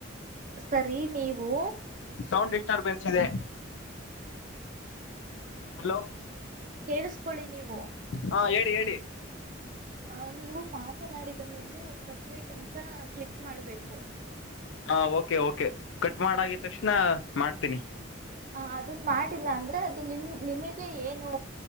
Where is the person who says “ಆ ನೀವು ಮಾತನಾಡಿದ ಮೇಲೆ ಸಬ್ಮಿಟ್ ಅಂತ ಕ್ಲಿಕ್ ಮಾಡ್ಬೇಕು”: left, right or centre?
Right